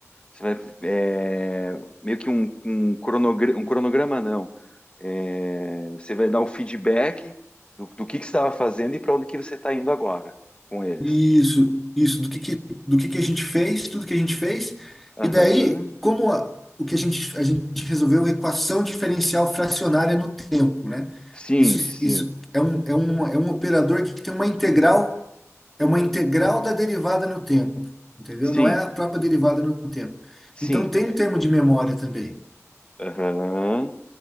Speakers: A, on the left (about 20°); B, in the centre.
A: você vai é, meio que um, um cronograma, um cronograma não. É, você vai dar o feedback do, do que que você estava fazendo e para onde que você está indo agora com eles.
B: isso, isso, do que que, do que que a gente fez, tudo que a gente fez, e
A: Aham.
B: daí, como a- o que a gente, a gente resolveu, a equação diferencial fracionária no tempo, né?
A: Sim,
B: Isso,
A: sim,
B: isso é um, é um, é um operador que tem uma integral É uma integral da derivada no tempo, entendeu?
A: sim,
B: Não é a própria derivada no tempo.
A: sim.
B: Então tem
A: É.
B: um termo de memória também,
A: Aham.